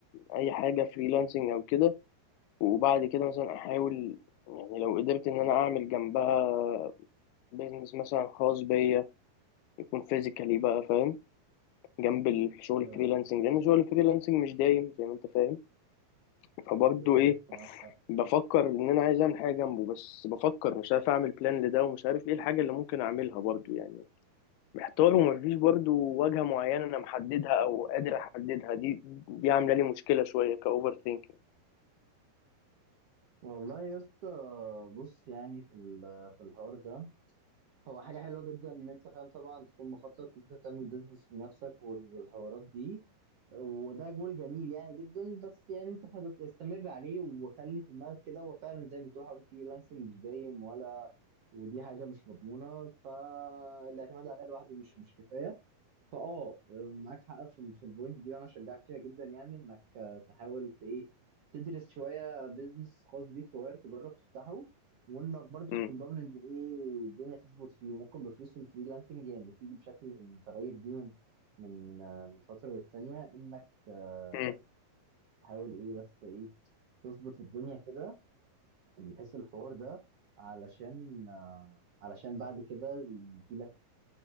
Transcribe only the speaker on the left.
اي حاجه فريلانسنج او كده وبعد كده مثلا احاول يعني لو قدرت ان انا اعمل جنبها بيزنس مثلا خاص بيا يكون فيزيكالي بقى فاهم جنب الشغل
الفريلانسنج لان شغل الفريلانسنج مش دايم زي ما انت فاهم فبرضه
ايه
بفكر ان انا عايز اعمل حاجه جنبه بس بفكر مش عارف اعمل بلان لده ومش عارف ايه الحاجه اللي ممكن اعملها برضه يعني محتار ومفيش برضو واجهة معينة أنا محددها أو قادر أحددها دي دي عاملة لي مشكلة شوية كأوفر ثينكينج
مم.
مم.